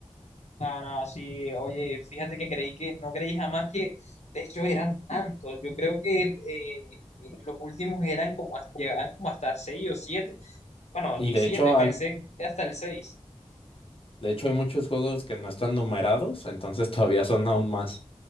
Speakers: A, on the left; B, on the left.
A: no, no, sí, oye, fíjate que creí que, no creí jamás que, de hecho, eran tantos. Yo creo que eh, los últimos eran como hasta, llegaban como hasta 6 o siete Bueno,
B: Y
A: ni
B: de
A: siete
B: hecho
A: pensé
B: hay,
A: que hasta el seis
B: de hecho hay muchos juegos que no están numerados, entonces <laughs> todavía son aún más.